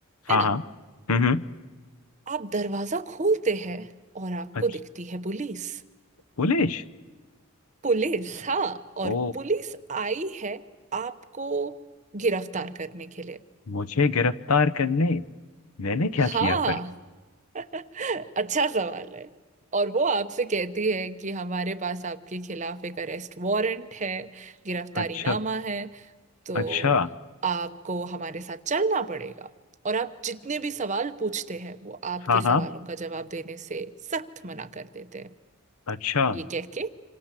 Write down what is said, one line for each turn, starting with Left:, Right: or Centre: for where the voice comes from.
Left: हाँ
Right: है ना
Left: हाँ हम्म हम्म,
Right: आप दरवाजा खोलते हैं और आपको
Left: अच्छा
Right: दिखती है पुलिस
Left: पुलिस
Right: पुलिस हाँ और
Left: ओ
Right: पुलिस आई है आपको गिरफ्तार करने के लिए
Left: मुझे गिरफ्तार करने मैंने क्या
Right: हाँ
Left: किया पर
Right: अच्छा सवाल है और वो आपसे कहती है कि हमारे पास आपके खिलाफ एक अरेस्ट वारंट है गिरफ्तारी
Left: अच्छा
Right: नामा है तो
Left: अच्छा
Right: आपको हमारे साथ चलना पड़ेगा और आप जितने भी सवाल पूछते हैं वो आपके
Left: हाँ
Right: सवालों
Left: हाँ
Right: का जवाब देने से सख्त मना कर देते हैं
Left: अच्छा
Right: ये कह के